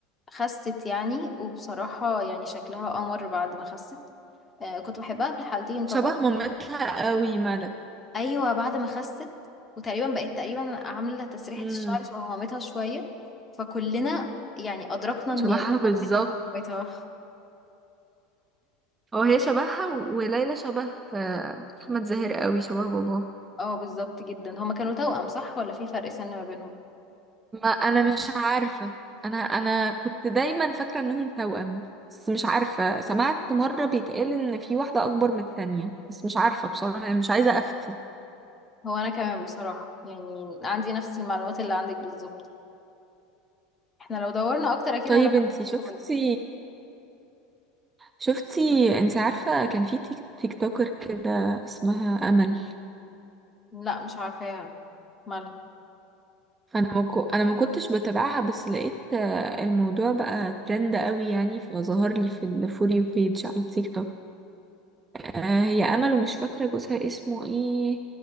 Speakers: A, on the left; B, on the right.
A: خست يعني وبصراحة يعني شكلها قمر بعد ما خست آه كنت بحبها في الحالتين طبعا
B: شبه مامتها قوي ملك
A: أيوة بعد ما خست وتقريبا بقت تقريبا عاملة تسريحة
B: امم
A: الشعر شبه مامتها شوية فكلنا يعني أدركنا إن
B: شبهها
A: البنت
B: بالظبط
A: دي حرفيا مامتها
B: اه هي شبهها وليلى شبه آه، احمد زاهر قوي شبه باباه
A: <laughs> اه بالظبط جدا هما كانوا توأم صح ولا في فرق سن ما بينهم
B: ما انا مش عارفه انا انا كنت دايما فاكره انهم توأم بس مش عارفه سمعت مره بيتقال ان في واحده اكبر من التانية بس مش عارفه بصراحه أنا مش عايزه افتي
A: هو أنا كمان بصراحة يعني عندي نفس المعلومات اللي عندك بالظبط احنا لو دورنا أكتر أكيد
B: طيب
A: هنعرف
B: انتي
A: بسهولة
B: شفتي شفتي انتي عارفه كان في تيك, تيك توكر كده اسمها امل
A: لا مش عارفاها مالها
B: انا ما كو... انا ما كنتش بتابعها بس لقيت آه، الموضوع بقى ترند قوي يعني فظهر لي في الفور يو بيج على التيك توك آه، هي امل ومش فاكره جوزها اسمه ايه